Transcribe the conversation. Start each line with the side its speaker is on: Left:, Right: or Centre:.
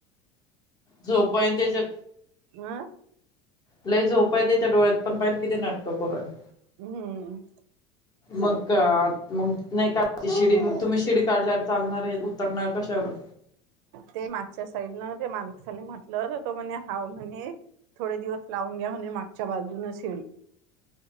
Left: झोप आहे त्याच्या
Right: आं?
Left: लय झोपा आहे त्याच्या डोळ्यात पण पाहिन किती नाटक करून राहिलं
Right: हम्म
Left: मग का मग नाही का शिडी तुम्ही शिडी काढल्यावर चालणार आहे उतरणार कशावरून?
Right: ते मागच्या साईडन ते मालिक साली म्हटलं तर तो म्हणे हाव म्हण थोडे दिवस लावून घ्या म्हणे मागच्या बाजून शेडी.